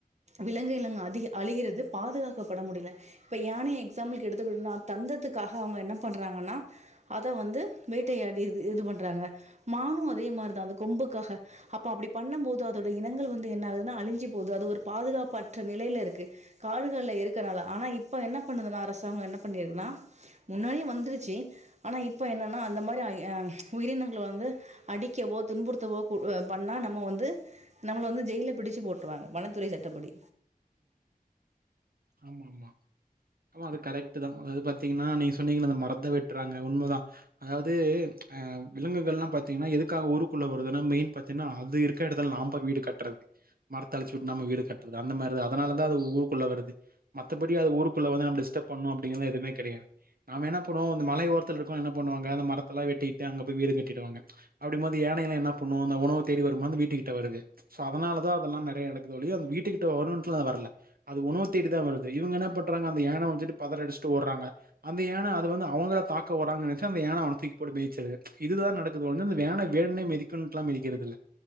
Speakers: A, on the right (about 50°); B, on the right (about 75°).
A: விலங்கு இனங்கள் அதிக அழிகிறது பாதுகாக் பட முடியல இப்ப யானய எக்ஸாம்பில் க்கு எடுத்துக்கிட்டனா தந்ததுக்காக அவங்க என்ன பண்றாங்கன்னா அதை வந்து வேட்டையாடி இது இது பண்றாங்க மானும் அதே மாதிரிதான் அந்த கொம்புக்காக அப்ப அப்படி பண்ணும் போது அதோட இனங்கள் வந்து என்ன ஆகுதுன்னா அழிஞ்சு போகுது அது ஒரு பாதுகாப்பற்ற நிலையில இருக்கு காடுகள்ல எரி ஆனால் இப்போ என்ன பண்ணுதுன்னா அரசாங்கம் என்ன பண்ணியிருக்குன்னா முன்னாடியே வந்துடுச்சு ஆனால் இப்போ என்னன்னா அந்த மாதிரி உயிரினங்கள் வந்து அடிக்கவோ துன்புறுத்துவோ பண்ணா நம்ம வந்து நம்மல வந்து ஜெய்ல்ல பிடிச்ச போட்டுருவாங்க வனத்துறை சட்டப்படி
B: ஆமா ஆமா ஆமா அது கரெக்ட் தான் அதாவது பாத்தீங்கன்னா நீங்க சொன்னீங்கன்ன அந்த மரத்தை வெட்டுறாங்க உண்மைதான் அதாவது அஹ் விலங்குகள்லாம் பாத்தீங்கன்னா எதுக்காக ஊருக்குள்ள வருதுன்னா மெயின் பாத்தீங்கன்னா அது இருக்கிற இடத்துல நாம வீடு கட்டுறது மரத்தை அழிச்சு விட்டு நாம வீடு கட்டுறது அந்த மாரி அதனாலதான் அது ஊருக்குள்ளே வருது மத்தபடி அது ஊருக்குள்ள வந்து நம்பல டிஸ்டர்ப் பண்ணும் அப்பிடின்லாம் எதுமே கிடையாது நாம என்ன பண்ணுவோம் இந்த மலை ஓரத்தில் இருக்கவங்க என்ன பண்ணுவாங்க இந்த மரத்தலாம் வெட்டிகிட்டி ஆக போய் வீடு கட்டிடுவாங்க அப்பிடின்னும்போது யானைலாம் என்ன பண்ணும் உணவு தேடி வரும்போது வீட்டு கிட்ட வருது அதனால தான் அதெல்லாம் நெறய இறக்குது ஒழிய அது வீட்டுகிட்ட வேணுட்டுல வரல அது உணவு தேடி தான் வருது இவங்க என்ன பண்றாங்க அந்த யானை வன்ச்சுனு பதரி அடிச்சிட்டு ஓட்ராங்க அந்த யானை அது வந்து அவங்கள தாக்க ஓட்றாங்கனு நினச்சு அந்த யானை அவங்கள தூக்கி போட்டு மிதுச்சுர்து இது தான் நடக்குது ஒழிய அந்த யானை வேணுண்ணே மிதிக்கனுன்டுலா மிதிக்கிறது இல்ல